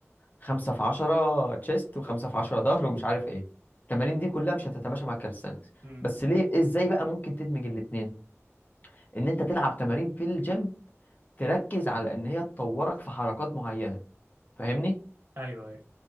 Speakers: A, on the left; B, on the right.
A: خمسة في عشرة تشيست وخمسة في عشرة ظهر ومش عارف ايه التمارين دي كلها مش هتتماشى مع الكاليستانكس
B: أمم،
A: بس ليه ازاي بقى ممكن تدمج الاتنين ان انت تلعب تمارين في الجيم تركز على ان هي تطورك في حركات معينة فاهمني
B: ايوه ايوه